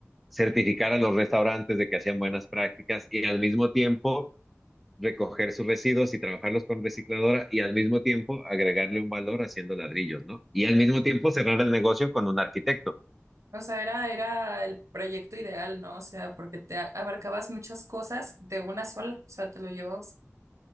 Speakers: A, in the centre; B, on the right.
A: certificar a los restaurantes de que hacían buenas prácticas y al mismo tiempo recoger sus residuos y trabajarlos con recicladora y al mismo tiempo agregarle un valor haciendo ladrillos, ¿no? Y al mismo tiempo cerrar el negocio con un arquitecto.
B: O sea, era, era el proyecto ideal, ¿no? O sea, porque te a- abarcabas muchas cosas de una sola, o sea, te lo llevabas.